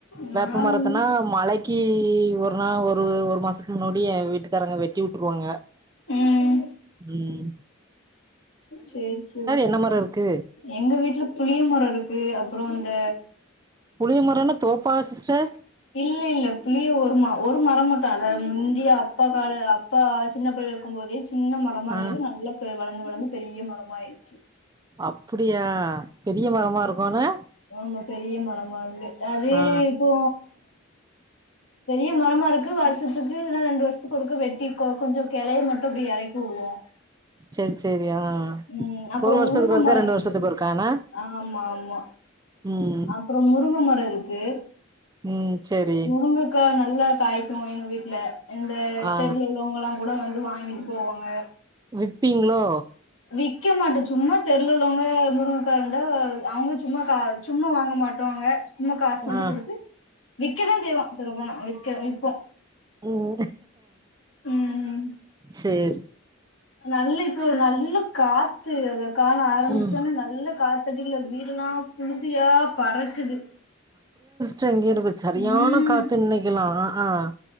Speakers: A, on the left; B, on the right.
A: நா
B: வேப்ப மரத்தன்னா
A: ஒன்னு
B: மழைக்கு ஒரு நாள் ஒரு ஒரு மாச முடிய வீட்டுக்காரங்க வெட்டி உட்டுருவாங்க
A: ம்
B: உம்
A: சேரி சரி
B: என்ன மரோ இருக்கு
A: எங்க வீட்ல புளிய மரோ இருக்கு அப்றோ அந்த
B: புளிய மரோனா தோப்பா சிஸ்டர்
A: இல்ல இல்ல புளிய ஒரு ம ஒரு மரோ மட்டு அதா முந்திய அப்பா கால அப்பா சின்ன பிள்ளல்ல இருக்கு போதே சின்ன மரமா
B: ஆ
A: இருந்தது நல்லா பெ வளந்து வளந்து பெரிய மரமா ஆயிருச்சு
B: அப்டியா பெரிய மரமா இருக்கும்ன்னு
A: ஆமா பெரிய மரமா உண்டு அது
B: ஆ
A: இப்போ பெரிய மரமா இருக்கு வருஷத்துக்கு இல்ல ரெண்டு வருஷத்துக்கு ஒருக்க வெட்டி கொ கொஞ்ச கிளைய மட்டு அப்டி எறக் <unintelligible>
B: செரி செரி ஆ
A: உம் அப்பறோ
B: ஒரு வருஷத்துக்கு
A: முருங்க
B: ஒருக்கா
A: மரோ
B: ரெண்டு
A: இருக்கு
B: வருஷத்துக்கு ஒருக்கானா
A: ஆமா ஆமா
B: ம்
A: அப்றோ முருங்க மரோ இருக்கு
B: உம் சரி
A: முருங்கக்கா நல்லா காய்க்கு எங்க வீட்ல எங்க
B: ஆ
A: தெருல உள்ளவங்கல்லா கூட வந்து வாங்கிட்டு போவாங்க
B: விப்பீங்ளோ
A: விக்க மாட்ட சும்மா தெருல்ல உள்ளவங்க முருங்கக்கா இருந்தா அவுங்க சும்மா கா சும்மா வாங்க மாட்டாங்க சும்மா காசு மட்டு
B: ஆ
A: குடுத்து விக்கதா செய்வோ சொல்லப்போனா விக்க விப்போ
B: உம்
A: ம்
B: சேரி
A: நல்ல இப்ப நல்ல காத்து அத காண ஆரம்பிச்சோனே
B: ம்
A: நல்ல காத்தடில்ல வீடுல்லா புழுதியா பறக்குது
B: உட்டா இங்கேருப்ப சரியான
A: ம்
B: காத்து இன்னிக்கலா ஆஹ்